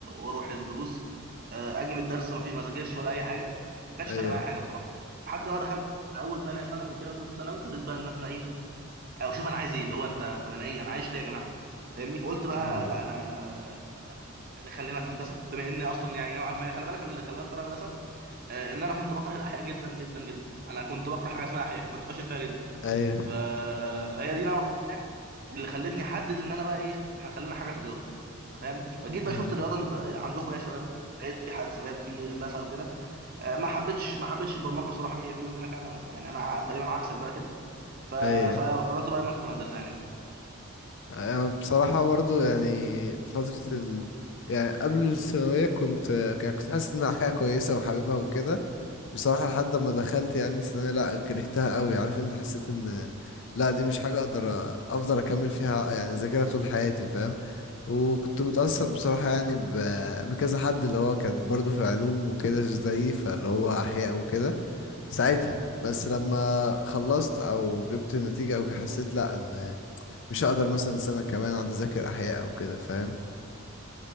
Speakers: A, on the right (about 45°); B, on the left (about 60°).
A: واروح الدروس آه، اجي من الدرس ما في ما ذاكرش ولا اي حاجه ما كانش
B: ايوه
A: فارق معايا حاجه بصراحه لحد ما دخلت من اول تانية ثانوي وكده وثالثه ثانوي ابتديت بقى ان انا ايه او شوف انا عايز ايه اللي هو انت طب انا ايه انا عايش ليه يا جماعه فاهمني فقلت بقى
B: مم.
A: لا انا أنا خلينا في هندسه بما اني اصلا يعني نوعا ما خلي بالك انا اللي خلاني اختار هندسه آه، ان انا كنت بكره الاحياء جدا جدا جدا انا كنت بكره حاجه اسمها احياء كنت فاشل فيها جدا
B: ايوه
A: ف... فهي دي نوعا ما اللي خلتني احدد ان انا بقى ايه احنا خلينا حاجه في الرياضه فاهم فجيت بقى
B: مم.
A: شفت الرياضه عندكم إيه يا شباب لقيت في حسابات في هندسه وكده آه، ما حبيتش ما حبيتش البرمجه بصراحه بيني وبينك انا ما- يعني انا تقريبا عكسك بقى كده ف...
B: ايوه
A: فقررت بقى ان ادخل هندسه يعني
B: يعني بصراحة برضو يعني فترة ال... يعني قبل الثانوية كنت يعني كنت حاسس إن الحياة كويسة وحاببها وكده بصراحة لحد ما دخلت يعني الثانوية لأ كرهتها قوي عارف أنت حسيت إن لأ دي مش حاجة أقدر أ- أفضل أكمل فيها يعني أذاكرها طول حياتي فاهم وكنت متأثر بصراحة يعني ب... بكذا حد اللي هو كان برضو في علوم وكده زيي فاللي هو أحياء وكده ساعتها بس لما خلصت أو جبت نتيجة أو حسيت لأ إن مش هقدر مثلا سنة كمان اقعد اذاكر احياء او كده فاهم